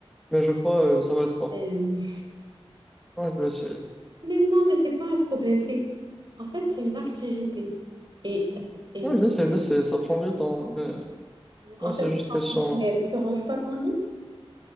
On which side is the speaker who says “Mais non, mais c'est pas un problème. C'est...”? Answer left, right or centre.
Right